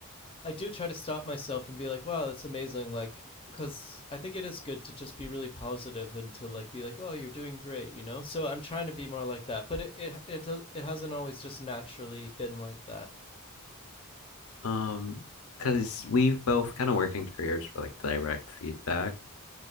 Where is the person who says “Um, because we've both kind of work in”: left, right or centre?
Left